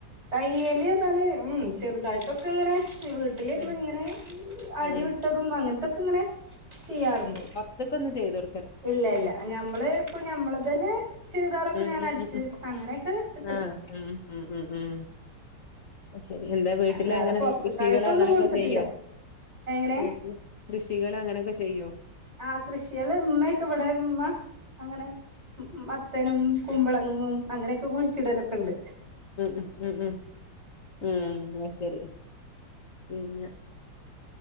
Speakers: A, on the right; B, on the left.
A: തയ്യല് ന്നാല് ഉം ചെറുതായിട്ടൊക്കെങ്ങനെ വീ ട്ടിലിരുന്ന്
B: ഉം
A: ങ്ങനെ അടിവിട്ടതും
B: ഉം
A: അങ്ങൻത്തൊക്കെ ങ്ങനെ ചെയ്യാറ്ണ്ട്
B: ത്ക്കൊന്ന് ചെയ്തൊട്
A: ഇല്ല ല്ല ഞമ്മള്പ്പോ ഞമ്മള്തെന്നെ ചുരിദാറൊക്കെ
B: ഉം
A: ഞാനടിച്ച്
B: ഉം ഉം ഉം
A: അങ്ങനെക്കെ ഇട്ട്ക്ക്‌ണ്
B: ആഹ് ഉം ഉം ഉം ഉം അത് ശെരി എന്തെ വീട്ടില്
A: അല്ലാതെ
B: അങ്ങനെ
A: പൊറത്ത്ക്കായിട്ടൊന്നും
B: കൃഷികള് അങ്ങനൊക്കെ
A: കൊടുത്തിട്ടില്ല
B: ചെയ്യോ
A: എങ്ങനെ
B: വീട്ട്ല് കൃഷികളങ്ങനൊക്കെ ചെയ്യോ
A: ആ കൃഷിയാള് ഇമ്മയൊക്കെ ഇവിടെ ഇമ്മ അങ്ങനെ ഉം ഉം മത്തനും കുമ്പളങ്ങും അങ്ങനൊക്കെ കുഴിച്ചിടലൊക്കെണ്ട്
B: ഉം ഉം ഉം അത് ശെരി പിന്നെ